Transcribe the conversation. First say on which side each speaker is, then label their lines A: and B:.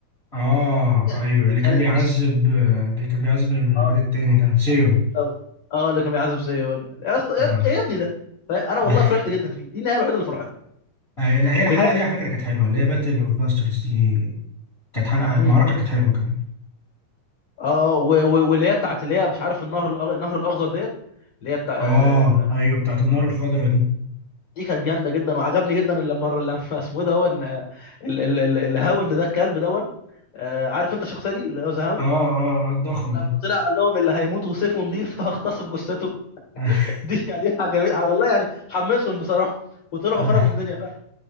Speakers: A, on the left; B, on the left.
A: اه
B: دي كان
A: ايوه
B: كان
A: اللي
B: كانت
A: كان بيعذب
B: بص
A: آه، كان بيعذب الواد
B: اه
A: التاني ده سيون
B: اخوه دوت. اه اللي كان بيعذب سيون يا اسطى يا
A: اه
B: يا ابني ده طيب انا
A: <laughs>
B: والله فرحت جدا فيه دي النهايه الوحيده اللي فرحتني
A: آه، لا، هي الحلقة
B: بجانب
A: دي على
B: طبعا
A: فكرة كانت
B: ان
A: حلوة
B: هم
A: اللي هي باتل اوف باسترز دي كانت حلقة
B: مم.
A: المعركة كانت حلوة كمان
B: اه و- و- واللي هي بتاعت اللي هي مش عارف النهر الأخ- النهر الاخضر ديت اللي هي بتاع
A: اه
B: آه،
A: ايوه بتاعت النار الخضراء دي
B: دي كانت جامده جدا وعجبني جدا إن لما لما <laughs> اسمه ده هو إن، آه، ال- ال- ال- الهاوند ده الكلب دون آه، عارف انت الشخصيه دي اللي هو ذا هاوند
A: اه اه آه، الضخم
B: لما
A: ده
B: طلع قال لهم اللي هيموت وسيفه نضيف <laughs> هغتصب جثته
A: <laughs>
B: <laughs> دي دي عجبتني والله يعني حمسهم بصراحه وطلعوا
A: آه.
B: خربوا الدنيا فعلا